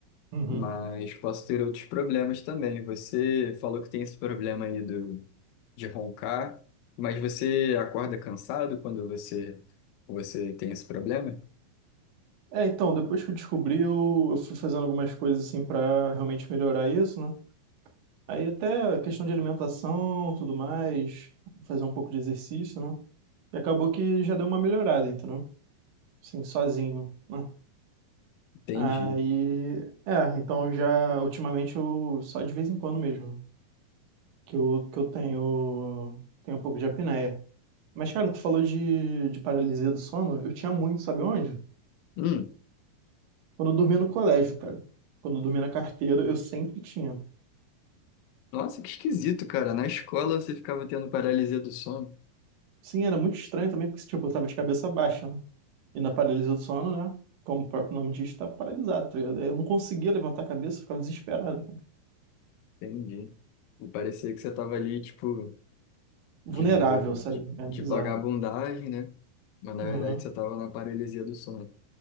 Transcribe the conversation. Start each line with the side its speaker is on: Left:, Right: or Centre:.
Right: uhum.
Left: Mas posso ter outros problemas também. Você falou que tem esse problema aí do, de roncar, mas você acorda cansado quando você, você tem esse problema?
Right: É, então, depois que eu descobri, eu, eu fui fazendo algumas coisas assim pra realmente melhorar isso, né? Aí até a questão de alimentação, tudo mais, fazer um pouco de exercício, né? E acabou que já deu uma melhorada, entendeu? Assim, sozinho, né?
Left: Entendi.
Right: Aí, é, então já ultimamente eu só de vez em quando mesmo que eu, que eu tenho tenho um pouco de apneia. Mas cara, tu falou de, de paralisia do sono, eu tinha muito, sabe onde?
Left: Hum,
Right: Quando eu dormia no colégio, cara. Quando eu dormia na carteira, eu sempre tinha.
Left: nossa, que esquisito, cara. Na escola você ficava tendo paralisia do sono.
Right: Sim, era muito estranho também, porque, tipo, eu tava de cabeça baixa, né? E na paralisia do sono, né? Como o próprio nome diz, tá paralisado, tá ligado? Eu não conseguia levantar a cabeça, eu ficava desesperado. cara.
Left: Entendi. E parecia que você tava ali, tipo,
Right: Vulnerável,
Left: de,
Right: sabe?
Left: de,
Right: É
Left: de
Right: bizarro.
Left: vagabundagem, né? Mas na
Right: Uhum.
Left: verdade você tava na paralisia do sono.